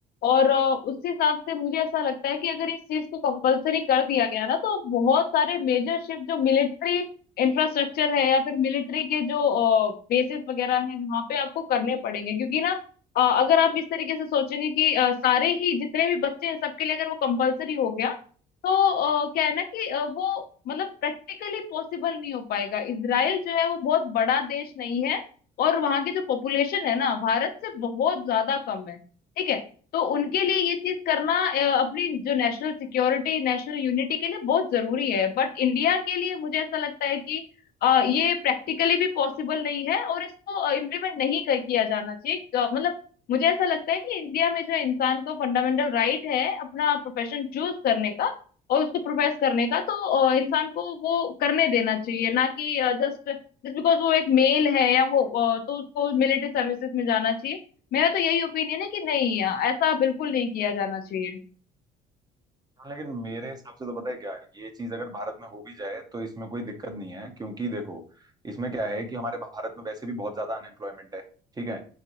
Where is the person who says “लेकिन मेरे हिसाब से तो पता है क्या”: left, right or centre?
Right